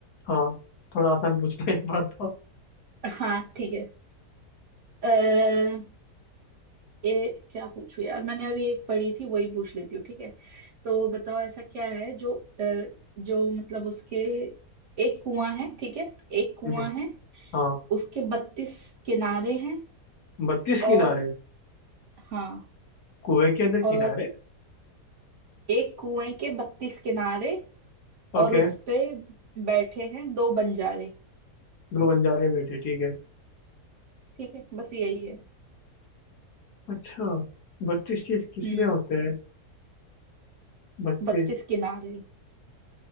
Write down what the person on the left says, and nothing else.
हाँ थोड़ा आसान पूछना है एक बार तो
ठीक है
हाँ,
बत्तीस
किनारे
कुएं के अंदर
किनारे
ओके
दो बंजारे बैठे ठीक है
अच्छा बत्तीस चीज किसमें
होते हैं बत्तीस